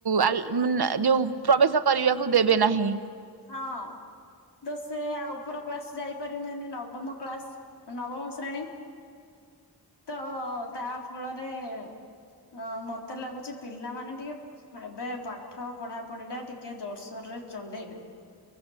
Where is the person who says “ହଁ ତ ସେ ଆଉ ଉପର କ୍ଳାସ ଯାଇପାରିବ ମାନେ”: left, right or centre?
Left